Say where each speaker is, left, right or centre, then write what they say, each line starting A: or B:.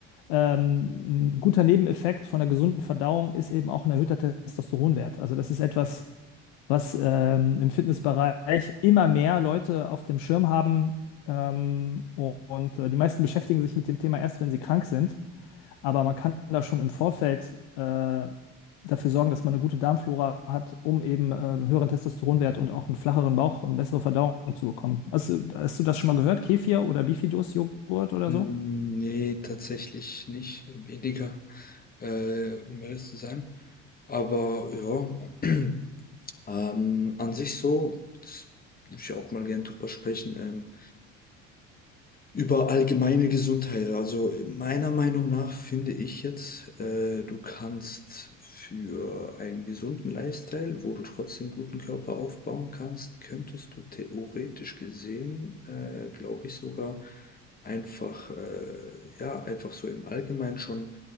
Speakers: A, on the left (about 70°); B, on the left (about 25°).
A: ähm, ein guter Nebeneffekt von einer gesunden Verdauung ist eben auch ein erhöhter Testosteronwert. Also das ist etwas, was ähm, im Fitnessbereich immer mehr Leute auf dem Schirm haben. Ähm, und äh, die meisten beschäftigen sich mit dem Thema erst, wenn sie krank sind. Aber man kann da schon im Vorfeld äh, dafür sorgen, dass man eine gute Darmflora hat, um eben äh, einen höheren Testosteronwert und auch einen flacheren Bauch und bessere Verdauung zu bekommen. Hast, du- hast du das schon mal gehört? Kefir oder Bifidus-Joghurt oder
B: Hm,
A: so?
B: Nee, tatsächlich nicht. Weniger, äh, um ehrlich zu sein. Aber ja, <clears throat> ähm, an sich so, jetzt würde ich auch mal gerne drüber sprechen. Ähm, über allgemeine Gesundheit. Also meiner Meinung nach finde ich jetzt, äh, du kannst für einen gesunden Lifestyle, wo du trotzdem guten Körper aufbauen kannst, könntest du theoretisch gesehen, äh, glaube ich sogar, einfach, äh, ja, einfach so im Allgemeinen schon